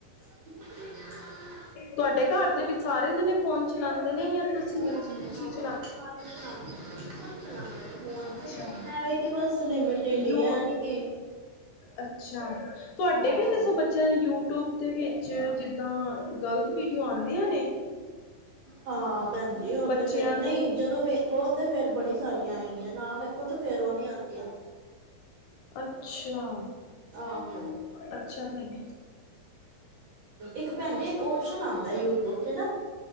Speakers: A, on the right; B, on the left.
A: ਹ <inaudible>
B: ਤੁਆਡੇ ਘਰ ਦੇ ਵੀ ਸਾਰੇ ਜਾਣੇ ਫੋਨ ਚਲਾਂਦੇ ਨੇ ਯਾ ਤੁਸੀ।
A: ਫੋਨ
B: <unintelligible>
A: ਤੇ ਹਾਂ ਸਾਰੇ ਚਲਾਂਦੇ ਨੇ, ਸਭ ਚਲਾਂਦੇ ਨੇ ਫੋਨ
B: ਅੱਛਾ
A: ਬਸ ਐ ਵੇ ਕਿ ਬਸ ਲਿਮਟ। ਟੇਡੀ
B: ਯੂ
A: ਆਨ ਕੀ।
B: ਅੱਛਾ, ਤੁਆਡੇ
A: ਹਾਂ
B: ਵੀ ਦੱਸੋ ਬੱਚ। ਚੇ ਯੂਟੂਬ ਦੇ ਵਿੱਚ ਜਿਦਾਂ ਗਲਤ ਵੀਡੀਓ ਆਂਦੀਆਂ ਨੇ।
A: ਹਾਂ, ਭੈਣ ਜੀ ਉਹ
B: ਬੱਚਿਆਂ
A: ਤੇ ਫੇਰ
B: ਨੂੰ
A: ਨਈ। ਜਦੋਂ ਵੇਖੋ ਤੇ ਫੇਰ ਬੜੀ ਸਾਰੀਆਂ ਆਏਗੀਆਂ, ਨਾ ਵੇਖੋ ਤੇ ਫੇਰ ਉਹ ਨੀ ਆਂਦੀਆਂ।
B: ਅੱਛਾ
A: ਆਹੋ।
B: ਅੱਛਾ ਭੈਣ
A: ਇੱਕ ਭੈਣ ਜੀ ਇੱਕ ਓਪਸ਼ਨ ਆਂਦੈ ਯੂਟੂਬ ਚ ਨਾ